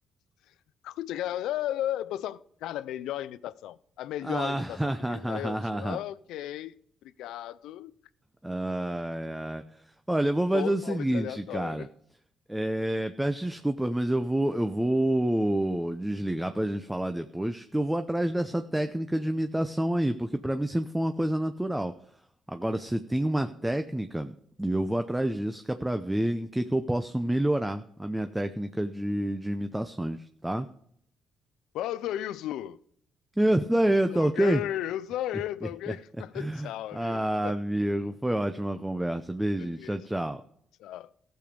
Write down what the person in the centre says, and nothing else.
Ah,
<laughs>
Ai, ai. Olha, eu vou fazer
o seguinte,
cara. É, peço desculpas, mas eu vou, eu vou desligar pra gente falar depois, que eu vou atrás dessa técnica de imitação aí, porque pra mim sempre foi uma coisa natural. Agora, você tem uma
técnica, e eu vou atrás disso, que é pra ver em que que eu posso melhorar a minha técnica de, de imitações, tá?
Isso aí,
tá
ok?
<laughs>
Ah,
amigo, foi ótima a conversa. Beijinho,
tchau, tchau.